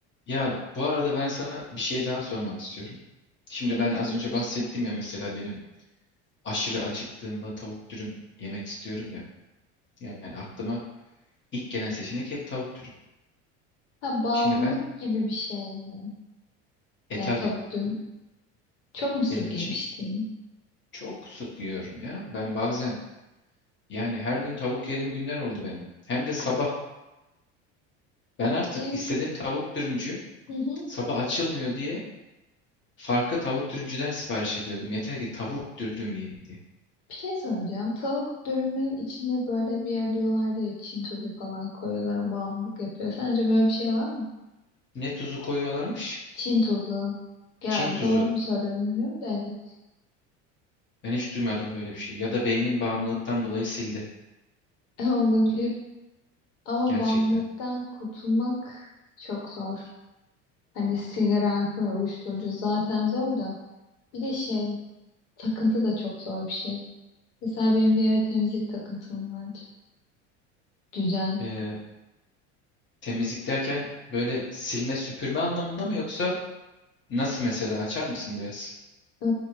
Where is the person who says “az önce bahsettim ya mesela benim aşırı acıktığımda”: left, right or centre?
Left